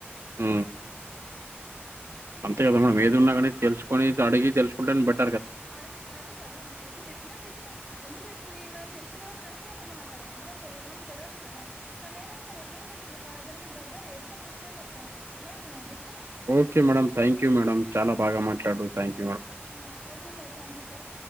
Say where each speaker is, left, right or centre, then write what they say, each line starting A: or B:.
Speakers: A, on the right; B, in the centre.
A: ఉ
B: తీసుకుంటే
A: అంతే కదా
B: ఇక
A: మనం
B: మేడం
A: ఏది ఉన్నా
B: ఏం
A: కానీ తెలుసుకొని అడిగి తెలుసుకుంటాని బట్టి
B: అడుగ అదే కదా ఇప్పుడు తిట్టిన తిట్ ఎందుకు తిడుతది మనం తెలిసి కూడాడట్ల అంటే ఒక మాట మనం తె మనకు తెలియదు కదా తనైనా రేగులార్గా ఎల్తుంధి కాలెగ్ ధగ్గారా ఎప్పుడు హాస్టల్ నుంచి నుండి వస్థాను
A: okay madam thank you madam చాల బా మాట్లాడారు థ్యాంక్యూ
B: ఆ okay sir thank you sir